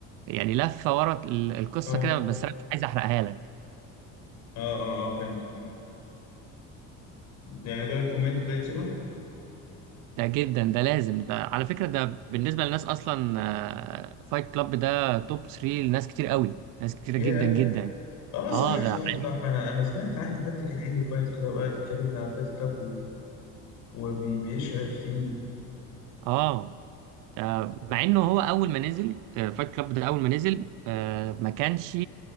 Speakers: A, on the right; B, on the left.
A: يعني لفه ورا ال- القصه
B: اه
A: كده بس انا مش عايز احرقها لك
B: اه اه, آه فهمت يعني ده الكومنت ده يتسمع
A: ده جدا ده لازم ده على فكره ده بالنسبه للناس اصلا فايت كلاب ده توب 3 لناس كتير قوي ناس كتير
B: ياه
A: جدا جدا
B: اه صح
A: اه ده
B: صح
A: عالي
B: صح انا انا سمعت عنه حد كان قايل لي فايت كلاب قاعد يكلمني على فايت كلاب وبيشعر فيه
A: اه ده مع انه هو اول ما نزل فايت كلاب ده اول ما نزل آه، ما كانش